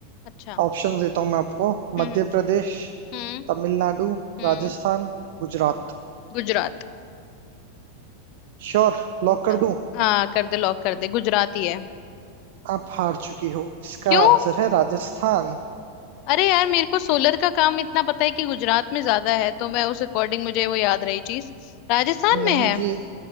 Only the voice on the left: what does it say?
अच्छा
हम्म
हम्म
हम्म
गुजरात
हाँ
हाँ, कर दे लॉक कर दे गुजराती है
क्यों
अरे यार मेरे को सोलर का काम इतना पता है कि गुजरात में ज्यादा है तो मैं उस अकॉर्डिंग मुझे वो याद रही चीज राजस्थान
में है